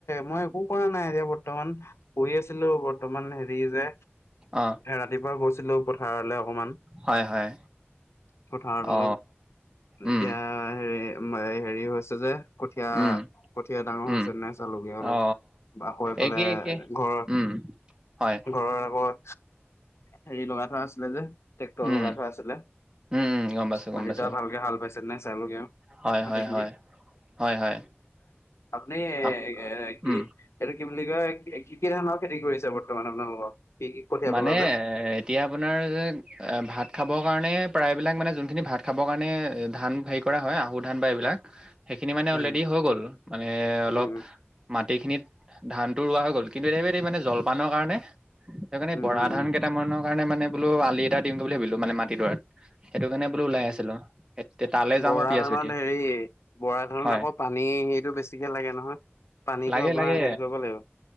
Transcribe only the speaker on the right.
অ
হয় হয়
অ
উম
উম
উম
অ
একে একে
উম হয়
উম
উম উম গম পাইছো
গম পাইছো
হয়-
হয়- হয়। হয়
আম-
উম
মানে,
এ এতিয়া আপোনাৰ যে এ ভাত খাব কাৰণে প্ৰায়বিলাক মানে যোনখিনি ভাত খাবৰ কাৰণে ধান হেৰি কৰা হয় আহু ধান বা এইবিলাক। সেইখিনি মানে
অলৰেডি হৈ গ'ল মানে অলপ
মাটিখিনিত। ধানতটো ৰোৱা হৈ গ'ল কিন্তু <unintelligible> মানে জলপানৰ কাৰণে সেইকাৰণে
বৰা
ধান কেইটামানো। সেইকাৰনে মানে বোলো আলি এটা দিম বুলি ভাবিলো মানে মাটিডৰাত। সেইটো কাৰণে বোলো
ওলাই আছিলো এ তালৈ
যাম ভাবি
আছো এতিয়া,
হয়।
লাগে
লাগে